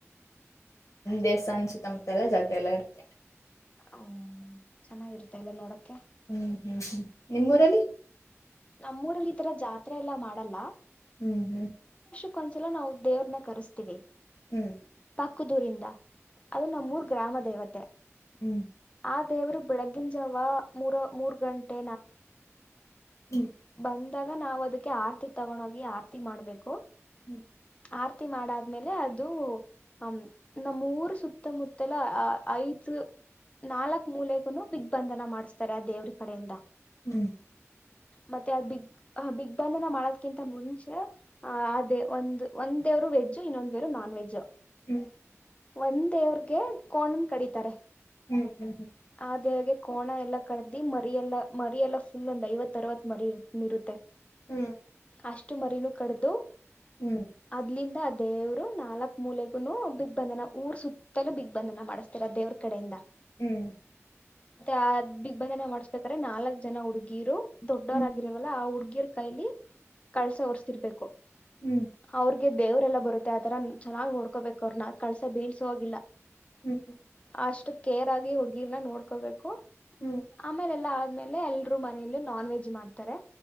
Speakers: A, on the left; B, on the left.
A: ದೇವಸ್ತಾನ ಸುತ್ತ ಮುತ್ತ ಎಲ್ಲಾ ಜಾತ್ರೆ ಎಲ್ಲಾ ಇರುತ್ತೆ
B: ಒ ಚೆನ್ನಾಗಿ ಇರುತ್ತೆ ಅಲ್ವಾ ನೋಡೋಕೆ
A: ಹ್ಮ ಹ್ಮ ನಿಮ್ಮ ಊರಲ್ಲಿ
B: ನಮ್ಮ ಊರಲ್ಲಿ ಈ ತರ ಜಾತ್ರೆ ಎಲ್ಲಾ ಮಾಡಲ್ಲ
A: ಹ್ಮ ಹ್ಮ
B: ಕ್ಕು ಒಂದು ಸಲ ನಾವು ದೇವರನ ಕರಸ್ತುವಿ
A: ಹೇಳೀ
B: ಪಕ್ಕದ ಊರಿಂದ ಅದು ನಮ್ಮೂರು ಗ್ರಾಮ ದೇ ದೇವತೆ.
A: ಹ್ಮ.
B: ಆ ದೇವರು ಬೆಳಗ್ಗಿನ ಜಾವ ಮೂರ ಮೂರ್ ಗಂಟೆ
A: ಹ್ಮ್ ಹ್ಮ್
B: ಅಂದಾಗ ನಾವು ಅದಕ್ಕೆ ಆರ್ತಿ ತಗೊಂಡೋಗಿ ಆರ್ತಿ ಮಾಡಬೇಕು.
A: ಹ್ಮ.
B: ಆರ್ತಿ ಮಾಡಾದ್ಮೇಲೆ ಅದು ಹಮ್ ನಮ್ಮ ಊರು ಸುತ್ತಮುತ್ತಲ ಆ ಐದು ನಾಲಕ್ ಮೂಲೆಗೂನು ದಿಗ್ಬಂದನ ಮಾಡಿಸ್ತಾರೆ ಆ ದೇವರು ಕಡೆಯಿಂದ.
A: ಹ್ಮ.
B: ಮತ್ತೆ ಆ ದಿಗ್ ದಿಗ್ಬಂಧನ ಮಾಡೋದಕ್ಕಿಂತ ಮುಂಚೆ ಆ ದೇವ್ ಒಂದ್ ಒಂದು ದೇವ್ರು ವೆಜ್ಜು ಇನ್ನೊಂದೇವ್ರು ನಾನ್ ವೆಜ್ಜು.
A: ಹ್ಮ್
B: ಒಂದ್ ದೇವರಿಗೆ ಕೋಣನ್ ಕಡಿತರೆ.
A: ಹ್ಮ.
B: ಅದ ಅದು ಕ್ವಾನಾ ಎಲ್ಲಾ ಕಡದು ಮರಿಯೆಲ್ಲ ಮರೆಯಲ್ಲಾ ಸುಮ್ ಒಂದ ಐವತ್ತ ಅರವತ್ತ ಮರಿ ಇರತ್ತೆ
A: ಹ್ಮ್
B: ಅಷ್ಟು ಮರೀನು ಕಡ್ದು
A: ಹ್ಮ್
B: ಅದ್ನಿಂದ ಆದ ದೇವರು ನಾಲಕ ಮೂಲೆಗೂನು ದಿಗ್ಬಂಧನ ಊರ ಸುತ್ತಲೂ ದಿಗ್ಬಂಧನ ಮಾಡಸ್ತಾರೆ ದೇವರ ಕಡೆ ಇಂದಾ
A: ಹ್ಮ್
B: ಆ ದಿಗ್ಬಂಧನಾ ಮಾಡಬೇಕಾದ್ರೆ ನಾಲಕ ಜನಾ ಹುಡ್ಗೀರು ದೊಡ್ಡೋರ
A: ಹ್ಮ್
B: ಆಗಿರಲ್ವಾ ಆ ಹುಡ್ಗೀರ <unintelligible> ಕಳಸಾ ಹೊರಸ್ತಿರಬೇಕು
A: ಹ್ಮ್
B: ಅವ್ರಿಗೆ ದೇವ್ರ ಎಲ್ಲಾ ಬರತ್ತಾ ಆ ತರಾ ಚನಾಗ್ ನೋಡ್ಕೋಬೇಕ್ ಅವ್ನ ಕಳಸಾ ಬಿಳಸೊ ಹಾಗಿಲ್ಲಾ
A: ಹ್ಮ್
B: ಅಷ್ಟ ಕೇರ್ ಆಗಿ ಹ್ಮ್ ಗೆಲ್ಲಾ ನೋಡ್ಕೋಬೇಕು
A: ಹ್ಮ್
B: ಆಮೇಲ್ ಎಲ್ಲಾ ಆಮೇಲ್ ಎಲ್ಲರ ಮನೇಲು ನಾನ್ವೆಜ್ ಮಾಡ್ತಾರೆ